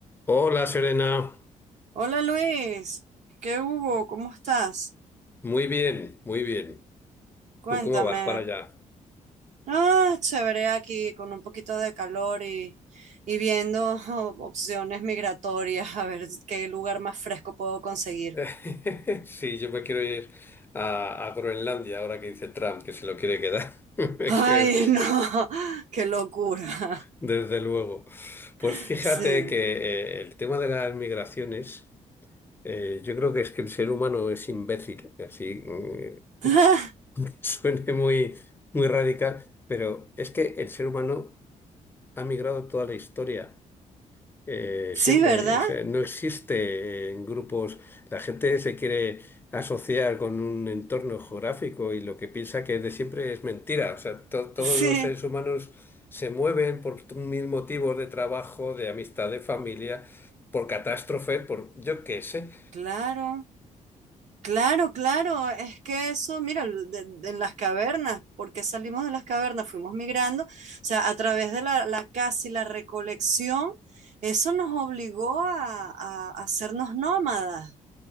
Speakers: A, on the left (about 15°); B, on the right (about 65°).
A: Hola Serena,
B: Hola Luis, ¿qué hubo? ¿Cómo estás?
A: muy bien, muy bien.
B: Cuéntame.
A: ¿Tú cómo vas para allá?
B: Ah, chévere aquí con un poquito de calor y, y viendo <laughs> opciones migratorias, a ver qué lugar más fresco puedo conseguir.
A: <laughs> Sí, yo me quiero ir a, a Groenlandia ahora que dice Trump que se lo quiere quedar. <laughs> Me
B: Ay,
A: quiero ir,
B: no, <laughs> qué locura.
A: desde luego. Pues
B: <laughs>
A: fíjate que
B: Sí.
A: eh, el tema de las migraciones, eh, yo creo que es que el ser humano es imbécil, así mm,
B: <laughs>
A: <laughs> aunque suene muy, muy radical, pero es que el ser humano ha migrado toda la historia. eh,
B: Sí,
A: siempre.
B: ¿verdad?
A: O sea, no existe eh, en grupos, la gente se quiere asociar con un entorno geográfico y lo que piensa que es de siempre es mentira. O sea, to- todos
B: Sí,
A: los seres humanos se mueven por t- mil motivos de trabajo, de amistad, de familia, por catástrofe, por yo qué sé.
B: claro. Claro, claro, es que eso, mira, l- de- de- en las cavernas, porque salimos de las cavernas? Fuimos migrando, o sea, a través de la, la caza y la recolección, eso nos obligó a, a- a hacernos nómadas,